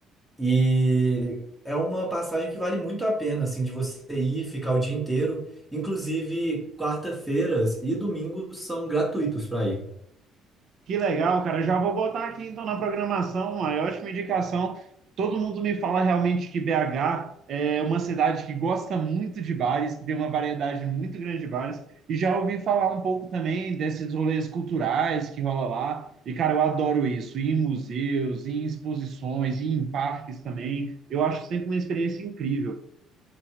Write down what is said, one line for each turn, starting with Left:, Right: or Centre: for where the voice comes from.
Centre: e é uma passagem que vale muito a pena, assim, de você ir ficar o dia inteiro. Inclusive, quarta-feiras e domingos são gratuitos para ir.
Right: Que legal, cara. Eu já vou botar aqui então na programação uma ótima indicação. Todo mundo me fala realmente que BH é uma cidade que gosta muito de bares, que tem uma variedade muito grande de bares. E já ouvi falar um pouco também desses rolês culturais que rola lá. E, cara, eu adoro isso, ir em museus, ir em exposições, ir em parques também. Eu acho sempre uma experiência incrível.